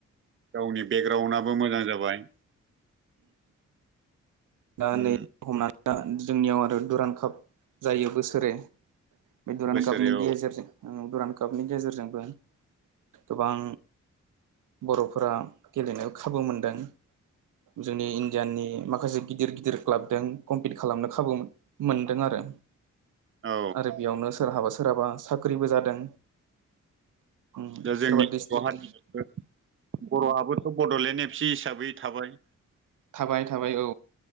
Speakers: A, on the right (about 40°); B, on the right (about 75°).
A: गावनि बेगग्राउन्डआबो मोजां जाबाय।
B: दा
A: उम
B: नै हमनानै ला जोंनियाव आरो दुरान्ड काप जायो बोसोरै बे दुरान्ड
A: बोसोरै
B: कापनि गेजेरजों
A: औ
B: उम दुरान्ड कापनि गेजेरजोंबो गोबां बर'फोरा गेलेनो खाबु मोनदों। जोंनि इण्डियाननि माखासे गिदिर गिदिर क्लाबदों कम्पिट खालामनो खाबु मोन-मोनदों आरो।
A: औ
B: आरो बेयावनो सोरहाबा सोरहाबा साख्रिबो जादों। उम
A: दा जोंनि
B: सोरबा डिस्ट्रिक्ट
A: बर' हारियाबो बर'हाबो बड'लेण्ड एफ सि हिसाबै थाबाय।
B: थाबाय थाबाय औ।